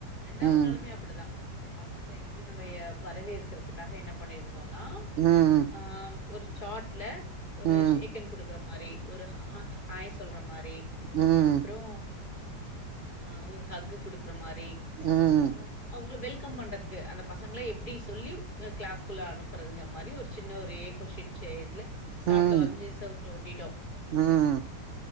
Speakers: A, on the left; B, on the right.
A: ரெண்டாவது
B: ம்
A: நாளுமே அப்படிதாம்மா அப்புற பசங்கள எப்டி நம்ம ஊர் ய வரவேற்கறதுக்காக என்ன பண்ணிருந்தோம்னா
B: ம்
A: ஆ ஒரு சாட்ல ஒரு
B: ம்
A: ஷேக்கண்ட் குடுக்கற மாரி ஒரு ஹா ஹாய் சொல்ற மாரி
B: ம் ம்
A: அப்புறோ ஆ ஒரு ஹக்கு குடுக்குற மாரி
B: ம்
A: ஆ அவுங்கள வெல்கம் பண்றதுக்கு அந்த பசங்கள எப்டி சொல்லி ஆ கிளாஸ்க்குள்ள அனுப்புறதுங்க மாரி ஒரு சின்ன ஒரு ஏ ஃபோர் ஷீட் ல சாட்ல
B: ம் ம் ம்
A: வரைஞ்சி செலவுத் ஒட்டிட்டோ
B: ம்